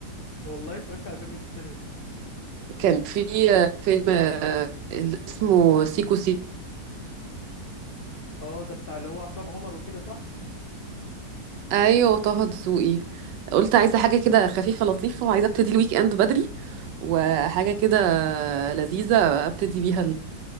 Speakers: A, on the left; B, on the right.
A: والله اتفرجت على فيلم ايه في السينما
B: كان في آه، فيلم آه، اللي اسمه سيكو سيكو
A: اه ده بتاع اللي هو عصام عمر وكده صح؟
B: ايوه طه دسوقي قلت عايزه حاجه كده خفيفه لطيفه وعايزه ابتدي الويك اند بدري وحاجه كده لذيذه ابتدي بيها